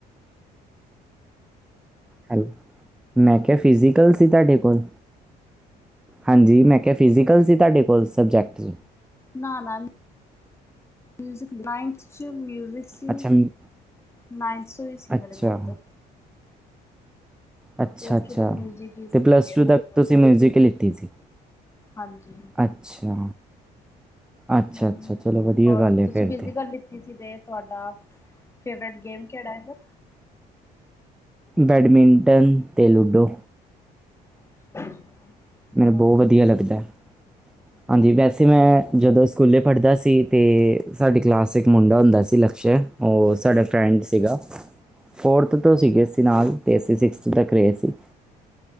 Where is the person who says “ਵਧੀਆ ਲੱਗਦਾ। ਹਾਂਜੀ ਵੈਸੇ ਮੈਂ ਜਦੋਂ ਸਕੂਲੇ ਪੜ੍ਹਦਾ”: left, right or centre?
Centre